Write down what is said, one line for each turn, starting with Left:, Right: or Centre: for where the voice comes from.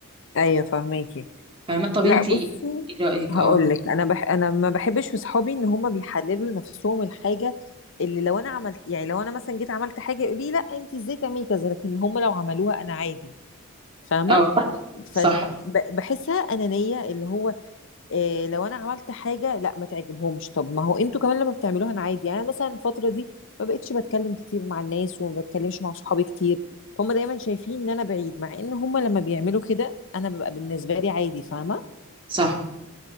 Left: ايوه فاهماكي
Right: فاهمه طب
Left: لا
Right: انت
Left: بصي
Right: ايه رايك
Left: هقول
Right: اه
Left: لك انا بح... انا ما بحبش في صحابي ان هم بيحللوا لنفسهم الحاجه اللي لو انا عملت يعني لو انا مثلا جيت عملت حاجه يقولي لي لا انت ازاي تعملي كذا لكن هم لو عملوها انا عادي فاهمه
Right: اه
Left: فبحسها
Right: صح
Left: انانيه اللي هو إيه لو انا عملت حاجه لا ما تعجبهمش طب ما هو انتوا كمان لما بتعملوها انا عادي يعني أنا مثلا الفتره دي ما بقتش بتكلم كتير مع الناس وما بتكلمش مع صحابي كتير هم دايما شايفين ان انا بعيد مع ان هم لما بيعملوا كده انا ببقى بالنسبه لي عادي فاهمه
Right: صح